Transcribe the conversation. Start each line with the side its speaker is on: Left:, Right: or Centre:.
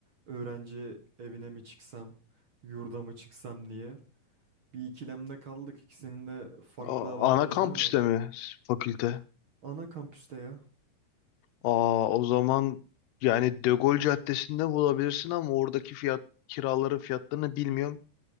Right: Öğrenci evine mi çıksam, yurda mı çıksam diye. Bir ikilemde kaldık. İkisinin de farklı
Left: Aa,
Right: avantajları
Left: ana kampüste
Right: var.
Left: mi fakülte?
Right: Ana kampüste ya.
Left: Aa o zaman yani De Gaulle Caddesi'nde bulabilirsin ama oradaki fiyat kiraların fiyatlarını bilmiyorum.